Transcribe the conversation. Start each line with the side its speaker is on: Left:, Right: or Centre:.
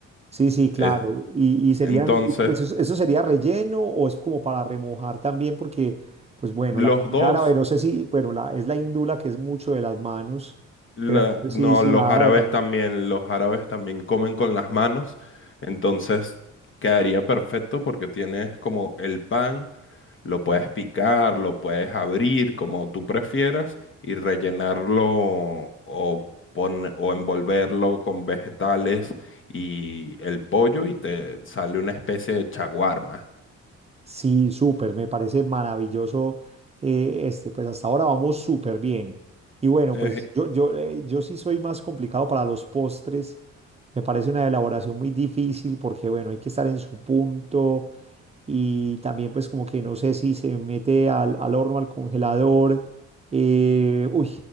Right: sí, sí, claro.
Left: es-
Right: Y, y serían,
Left: entonces,
Right: y pues eso, eso sería relleno o es como para remojar también, porque, pues bueno,
Left: los
Right: la comida
Left: dos.
Right: árabe, no sé si, bueno, la, es la hindú la que es mucho de las manos,
Left: La-
Right: pero no
Left: no,
Right: sé si, si
Left: los
Right: la
Left: árabes
Right: árabe también.
Left: también, los árabes también comen con las manos, entonces quedaría perfecto porque tienes como el pan, lo puedes picar, lo puedes abrir como tú prefieras y rellenarlo o, pon- o envolverlo con vegetales y el pollo y te sale una especie de chaguarma.
Right: Sí, súper, me parece maravilloso eh, este, pues hasta ahora vamos súper bien. Y bueno,
Left: Eh,
Right: pues yo, yo, eh, yo sí soy más complicado para los postres, me parece una elaboración muy difícil porque bueno, hay que estar en su punto, y también pues como que no sé si se mete al, al horno, al congelador. eh, uy,